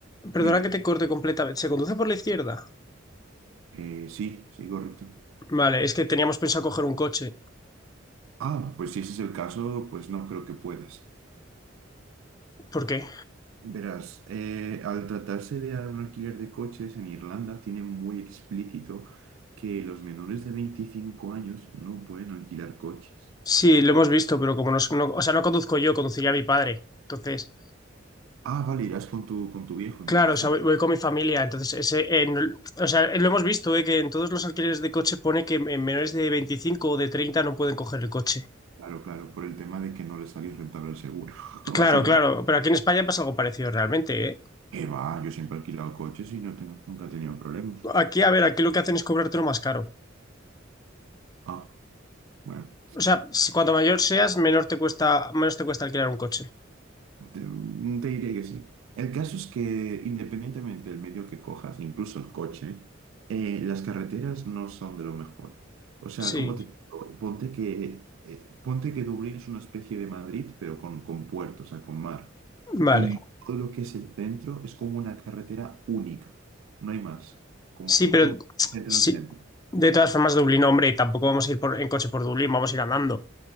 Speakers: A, on the left (about 20°); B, on the right (about 80°).
A: perdona
B: dime,
A: que te corte completamente, ¿se conduce por la izquierda?
B: Eh, sí, sí, correcto.
A: Vale, es que teníamos pensado coger un coche.
B: Ah, pues si ese es el caso, pues no creo que puedas.
A: ¿Por qué?
B: Verás, eh, al tratarse de un alquiler de coches en Irlanda, tiene muy explícito que los menores de 25 años no pueden alquilar coches.
A: Sí, lo hemos visto, pero como no, no- o sea, no conduzco yo, conduciría a mi padre. Entonces,
B: Ah, vale, irás con tu, con tu viejo entonces
A: claro, o sea, voy, voy con mi familia. Entonces, ese, en- o sea, lo hemos visto, eh, que en todos los alquileres de coche pone que en menores de 25 o de 30 no pueden coger el coche.
B: Claro, claro, por el tema de que no le salía rentable el seguro, <laughs> básicamente.
A: Claro, claro, pero aquí en España pasa algo parecido realmente, ¿eh?
B: ¿Qué va? Yo siempre he alquilado coches y no tengo, nunca he tenido problemas.
A: Aquí, a ver, aquí lo que hacen es cobrártelo más caro.
B: Ah, bueno.
A: O sea, si cuanto mayor seas, menor te cuesta, menos te cuesta alquilar un coche.
B: Te, mm, te diría que sí. El caso es que independientemente del medio que cojas, incluso el coche, eh, las carreteras no son de lo mejor. O sea,
A: Sí,
B: como te digo? ponte que, eh, ponte que Dublín es una especie de Madrid, pero con, con puerto, o sea, con mar.
A: vale.
B: Y todo lo que es el centro es como una carretera única, no hay más. Como
A: Sí,
B: que
A: pero
B: todo se concentra
A: sí,
B: en el centro.
A: de todas formas, Dublín, hombre, tampoco vamos a ir por, en coche por Dublín, vamos a ir andando.